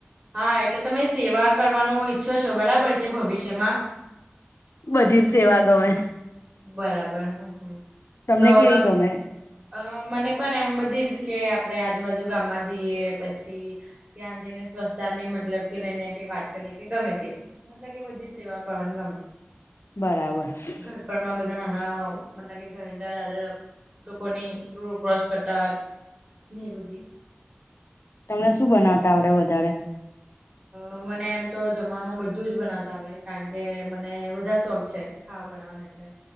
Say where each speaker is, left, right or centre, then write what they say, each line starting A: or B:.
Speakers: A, on the right; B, on the left.
A: હા, એટલે તમે સેવા કરવાનો ઈચ્છો છો, બરાબર છે ભવિષ્યમાં.
B: બધીજ સેવા ગમે.
A: બરાબર હમ્મ હમ્મ
B: તમને
A: તો
B: કેવી
A: તમ
B: ગમે
A: અ મને પણ એમ બધીજ કે, આપણે આજુબાજુ ગામમાં જઈએ, પછી ત્યાં જઈને સ્વચ્તાની મતલબ કે લઈને કઈ વાત કરીએ, કે ગમે તે. મતલબ કે બધી સેવાઓ કવાની ગમે.
B: બરાબર.
A: ઘરપણમાં બધાના રાવ મનતાકે ઘરડા દાદા લોકોની રો ક્રોસ કરતા ને બધી.
B: ત્યાં શું બનાવતા આવડે વધારે?
A: અ મને એમ તો જમમાં બધું જ બનાવતા આવડે, કારણ કે મને બધા શોખ છે ખાવા બના વાના એટલે.